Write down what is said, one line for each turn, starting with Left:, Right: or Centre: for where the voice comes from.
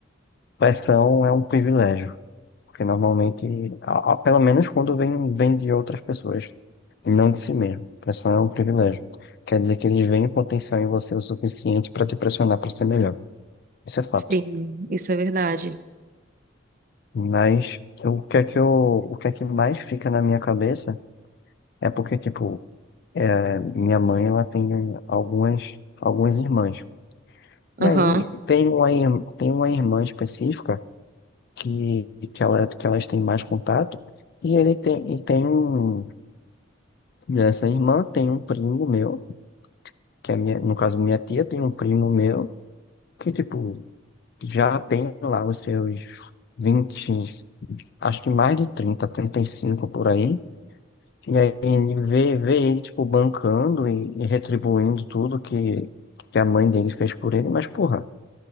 Left: pressão é um privilégio, porque normalmente, a- a- pelo menos quando vem, vem de outras pessoas, e não de si mesmo. Pressão é um privilégio. Quer dizer que eles veem potencial em você o suficiente para te pressionar para ser melhor. Isso é fato.
Right: Sim, isso é verdade.
Left: Mas eu- o que é que eu, o que é que mais fica na minha cabeça é porque, tipo, é, minha mãe, ela tem algumas, algumas irmãs.
Right: Aham.
Left: E aí tem uma, ir- tem uma irmã específica que, que, ela, que elas têm mais contato. E ele tem, e tem um, essa irmã tem um primo meu, que é minha, no caso minha tia tem um primo meu, que tipo, já tem lá os seus vinte acho que mais de trinta trinta e cinco por aí. E aí ele vê, vê ele, tipo, bancando e, e retribuindo tudo que, que a mãe dele fez por ele, mas porra.